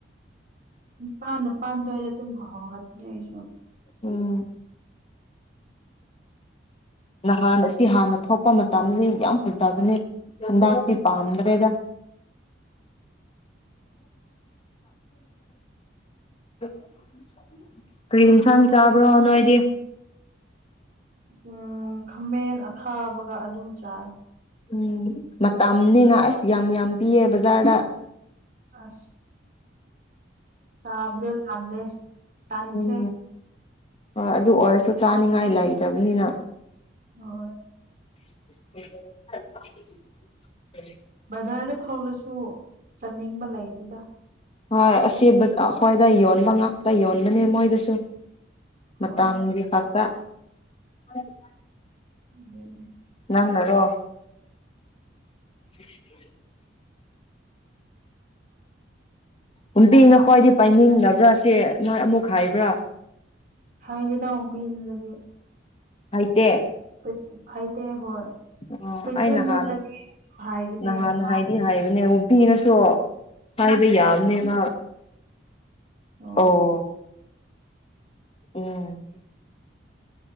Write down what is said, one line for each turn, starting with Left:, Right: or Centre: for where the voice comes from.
Right: ꯅꯤꯄꯥꯟ ꯅꯤꯄꯥꯟ ꯗꯨꯋꯥꯏꯗ ꯇꯨꯝ ꯍꯧꯔꯛꯀꯅꯤ ꯑꯩꯁꯨ
Left: ꯎꯝ ꯅꯍꯥꯟ ꯑꯁꯤ ꯍꯥꯟꯅ ꯊꯣꯛꯄ ꯃꯇꯝꯗꯗꯤ ꯌꯥꯝ ꯐꯖꯕꯅꯦ ꯍꯟꯗꯛꯇꯤ ꯄꯥꯝꯗ꯭ꯔꯦꯗ <unintelligible> ꯀꯔꯤ ꯏꯟꯁꯥꯡ ꯆꯥꯕ꯭ꯔꯣ ꯅꯣꯏꯗꯤ
Right: ꯎꯝ ꯈꯥꯃꯦꯟ ꯑꯈꯥꯕꯒ ꯑꯗꯨꯝ ꯆꯥꯏ
Left: ꯎꯝ ꯃꯇꯝꯅꯤꯅ ꯑꯁ ꯌꯥꯝ ꯌꯥꯝ ꯄꯤꯌꯦ ꯕꯖꯥꯔꯗ
Right: ꯑꯁ ꯆꯥꯕꯗ ꯊꯜꯂꯦ ꯇꯥꯟꯈ꯭ꯔꯦ
Left: ꯎꯝ ꯍꯣꯏ ꯑꯗꯨ ꯑꯣꯏꯔꯁꯨ ꯆꯥꯅꯤꯡꯉꯥꯏ ꯂꯩꯇꯕꯅꯤꯅ
Right: ꯍꯣꯏ
Left: <unintelligible>
Right: ꯕꯖꯥꯔꯗ ꯐꯧꯂꯁꯨ ꯆꯥꯅꯤꯡꯕ ꯂꯩ ꯑꯗꯨꯗ
Left: ꯍꯣꯏ ꯑꯁꯤ ꯕꯖꯥꯔꯈꯣꯏꯗ ꯌꯣꯟꯕ ꯉꯥꯛꯇ ꯌꯣꯟꯕꯅꯦ ꯃꯣꯏꯗꯨꯁꯨ
Right: ꯍꯣꯏ
Left: ꯃꯇꯥꯡꯒꯤ ꯈꯛꯇ <unintelligible>
Right: ꯑꯗꯨꯅꯤ
Left: ꯅꯪꯅꯔꯣ <unintelligible> ꯅꯨꯝꯄꯤꯅ ꯈ꯭ꯋꯥꯏꯗꯩ ꯄꯥꯏꯅꯤꯡꯕ꯭ꯔꯥ ꯁꯤ ꯅꯣꯏ ꯑꯃꯨꯛ ꯍꯥꯏꯕ꯭ꯔꯥ
Right: ꯍꯥꯏꯗꯤ ꯅꯪ ꯑꯃꯨꯛꯀ ꯌꯦꯡꯅꯤꯡꯉꯝꯅꯦꯕ
Left: ꯍꯥꯏꯇꯦ
Right: <unintelligible> ꯍꯥꯏꯇꯦ ꯍꯣꯏ
Left: ꯑꯣ
Right: ꯄꯩꯆꯨꯅꯗꯗꯤ
Left: ꯑꯩ ꯅꯍꯥꯟ
Right: ꯍꯥꯏꯕꯅꯦ
Left: ꯅꯍꯥꯟ
Right: ꯃꯥ
Left: ꯍꯥꯏꯗꯤ ꯍꯥꯏꯕꯅꯦ ꯄꯤꯔꯁꯨ ꯍꯥꯏꯕ ꯌꯥꯕꯅꯦ ꯃꯥ
Right: ꯑ
Left: ꯑꯣ ꯎꯝ